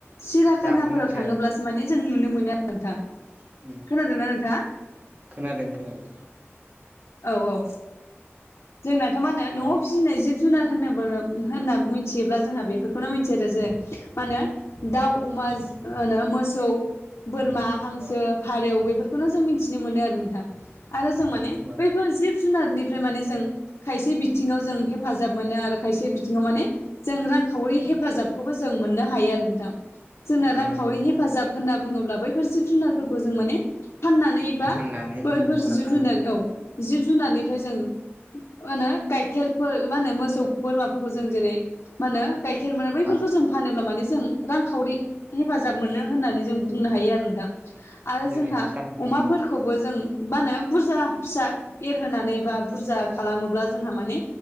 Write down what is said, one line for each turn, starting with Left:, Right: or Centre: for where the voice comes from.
Left: सिराखानाफोराव
Right: दाबो मिथिया
Left: थाङोब्लासो
Right: आरो
Left: माने जों नुनो मोनो <unintelligible> नोंथां।
Right: उम
Left: खोनादोंना नोंथाङा
Right: खोनादों खोनादों
Left: औ औ। जोंनाथ' मा होनो
Right: अब्ला
Left: न'आव
Right: आं
Left: फिसिनाय जिब जु जुनार होनोबो होनना मिथियोब्ला जोंहा बेफोरखौनो मिथियो आरो जेरै मा होनो दाउ अमा
Right: मोसौ
Left: होनो मोसौ बोरमा हांसो
Right: औ
Left: फारौ बेफोरखौनो जों मिथिनो मोनो आरो नोंथां आरो
Right: होनबा
Left: जों माने बैफोर जिब जुनारनि फ्राय माने जों खायसे बिथिङाव जों हेफाजाब मोनो आरो खायसे बिथिङाव माने जों रांखावरि हेफाजाबखौबो जों मोननो हायो आरो नोंथां। जोंना
Right: नंगौ
Left: रांखावरि
Right: नंगौ
Left: हेफाजाब होनना बुङोब्ला बैफोर जिब जुनारफोरखौ जों माने फाननानै बा
Right: फाननानै
Left: बैफोर
Right: मोननाय
Left: जिब जुनार औ जिब जुनारनिफ्राय जों होनो गाइखेरफोर मा होनो मोसौ बोरमाफोरखौ जों जेरै मा होनो गाइखेर मोनो बैफोरखौ
Right: हास
Left: जों फानोब्ला माने जों रांखावरि हेफाजाब मोनो होननानै जों बुंनो हायो आरो नोंथां आरो
Right: जेरै
Left: जोंहा
Right: हासार
Left: अमा
Right: उम
Left: फोर खौबो जों मा होनो बुरजा फिसा एरहोनानै बा बुरजा खालामोब्ला जोंहा माने